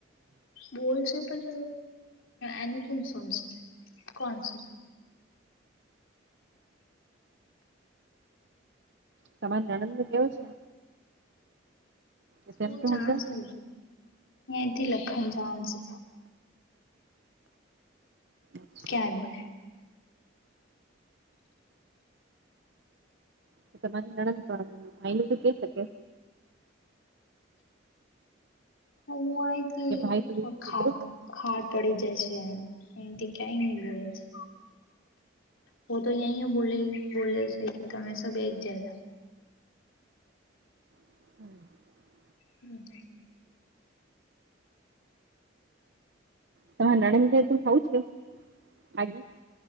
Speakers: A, on the left; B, on the right.
A: બોલશે પર એની કોન સુનશે કોણ સ
B: તમારે નણંદ નું કેવું છે કે તેમ
A: એું
B: તો
A: જાણ
B: સમજાવ
A: છે અથી લખન જાણ છે
B: અચ્છા
A: ક્યાય બોલે
B: તો તમારી નડન પણ આનું તો કે શકે
A: હ અથી
B: કે ભાઈ તું
A: ખ
B: સુધરો
A: ખાર પડી જશે એમ એથી કે ન બોલો છે વ તો એય હો બોલે બોલે છે કે તમે સબ એક જાય
B: <inaudible>
A: હમ
B: તમારે નણંદ ખવું છે આગે